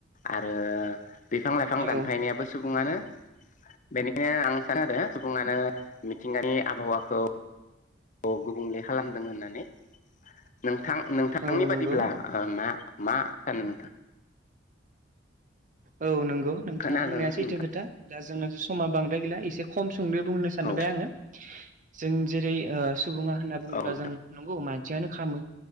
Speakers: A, on the left (about 40°); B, on the right (about 45°).
A: आरो बिफां लाइफां
B: औ
A: दानफायनायाबो सुबुङानो बेनिखायनो आं सानो आरो सुबुङानो मिथिंगानि आबहावाखौ औ गुबुंले खालामदों होननानै नोंथां नोंथांनि
B: औ नंगौ
A: बादिब्ला ना मा होन
B: औ नंगौ नोंथाङा
A: खोनादों
B: बुंनाया सैथो
A: नोंथां
B: खोथा। दाजोंना समा बांद्राय गैला एसे खम समनि बुंनो सानबाय
A: औ
B: आङो जों जेरै सुबुङा होनना बुङोब्ला
A: औ
B: जों नंगौ मानसियानो खामो